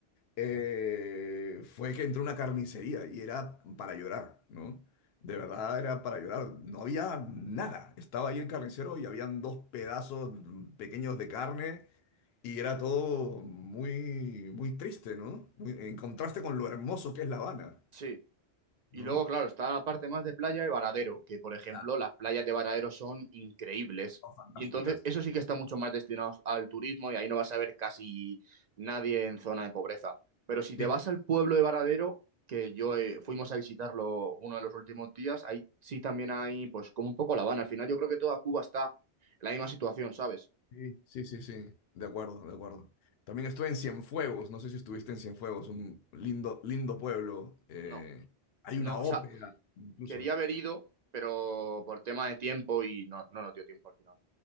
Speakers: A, on the left; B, on the right.
A: eh, fue que entré a una carnicería y era para llorar, ¿no? De verdad era para llorar. No había nada. Estaba ahí el carnicero y habían dos pedazos pequeños de carne y era todo muy, muy triste, ¿no? Muy- en contraste con lo hermoso que es La Habana,
B: Sí.
A: ¿no?
B: Y luego, claro, está la parte más de playa de Varadero, que por ejemplo,
A: Claro,
B: las playas de Varadero son increíbles.
A: son fantásticas.
B: Y entonces, eso sí que está mucho más destinado al turismo y ahí no vas a ver casi nadie en zona de pobreza. Pero si te
A: Sí,
B: vas al pueblo de Varadero, que yo eh, fuimos a visitarlo uno de los últimos días, ahí sí también hay, pues, como un poco La Habana. Al final, yo creo que toda Cuba está en la misma situación, ¿sabes?
A: sí, sí, sí, sí. De acuerdo, de acuerdo. También estuve en Cienfuegos, no sé si estuviste en Cienfuegos, un lindo, lindo pueblo. eh,
B: No,
A: hay
B: no,
A: una
B: o
A: ópera,
B: sea,
A: incluso.
B: quería haber ido, pero por tema de tiempo y no, no nos dio tiempo al final.